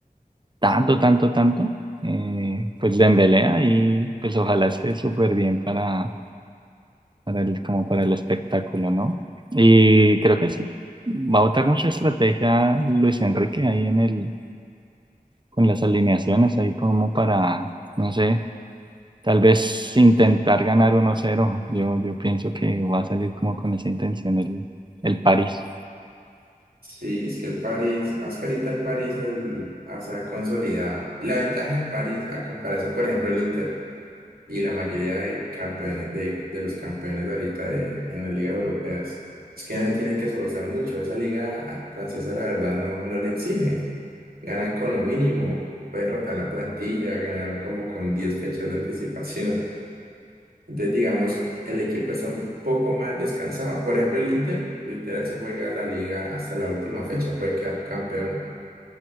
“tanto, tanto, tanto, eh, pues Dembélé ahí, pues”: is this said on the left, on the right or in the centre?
Right